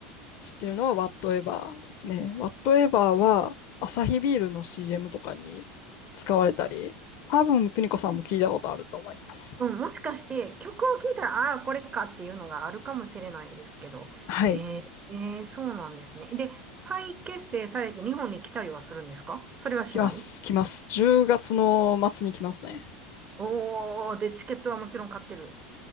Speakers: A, on the left; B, on the right.
A: 知ってるのは Whatever ですね。Whatever はアサヒビールの CM とかに使われたり、多分邦子さんも聞いたことあると思います。
B: うん、もしかして曲を聴いたら、ああー、これかっていうのがあるかもしれないですけど。
A: はい。
B: えー、えーそうなんですね。で、再結成されて日本に来たりはするんですかそれはしない
A: 来ます。来ます。10月の末に来ますね。
B: おー、で、チケットはもちろん買ってる。